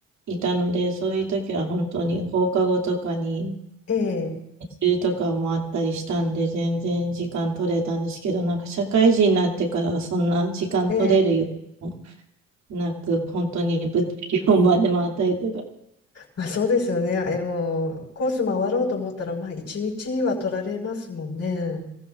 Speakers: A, on the right (about 65°); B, on the left (about 60°).
A: いたので、そういう時は本当に放課後とかに
B: ええ、
A: 練習とかもあったりしたんで、全然時間取れたんですけど、なんか社会人になってからはそんな時間取れるようも
B: ええ。ええ
A: なく、本当に物理本番で回ったりとか。
B: まあ、そうですよね。え、もう、コース回ろうと思ったら、まあ、一日は取られますもんね。